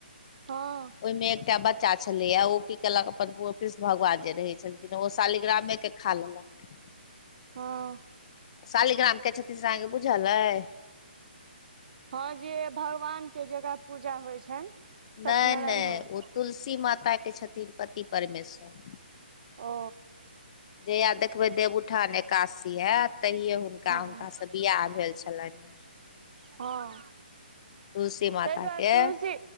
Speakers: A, on the right; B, on the left.
A: ह
B: ओहिमें एकटा बच्चा छलेया ओ की केलक अपन प कृष्ण भगवान जे रहै छलखिन ओ शालिग्रामे के खा लेलक
A: हँ
B: शालीग्राम के छथिन से अहाँ केे बुझहल अय
A: हँ जे भगवान के जगह पूजा होय छनि सत्यनारायण
B: नहि नहि
A: भगवान
B: ओ तुलसी माताके छथिन पति परमेश्वर
A: ओ
B: जहिआ देखबै देवउठान एकादसी हेत तहियए हुनका
A: हँ
B: हुनका से बियाह भेल छलनि
A: हँ
B: तुलसी माता
A: तै दुआरे
B: के
A: तुलसी